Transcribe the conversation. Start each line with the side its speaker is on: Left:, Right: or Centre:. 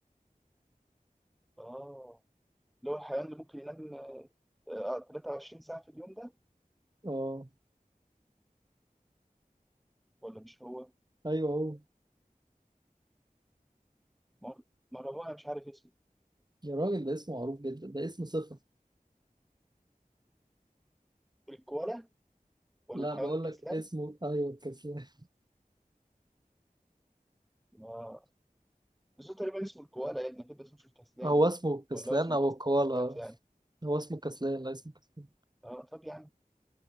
Centre: آه اللي هو الحيوان اللي ممكن ينام آه، آه، 23 ساعة في اليوم ده
Right: اه
Centre: ولا مش هو؟
Right: ايوه هو
Centre: ما ما هو أنا مش عارف اسمه
Right: يا راجل ده اسمه معروف جدا ده اسم صفة
Centre: الكوالا ولا
Right: لا
Centre: الحيوان
Right: بقول
Centre: الكسلان؟
Right: لك اسمه ايوه الكسلان
Centre: اه بس هو تقريبا اسمه الكوالا يعني أكيد بس مش الكسلان
Right: <laughs> هو
Centre: يعني
Right: اسمه الكسلان
Centre: ولا هو اسمه
Right: او الكوالا
Centre: الكسلان يعني
Right: هو اسمه كسلان لا اسمه كسلان
Centre: اه طب يا عم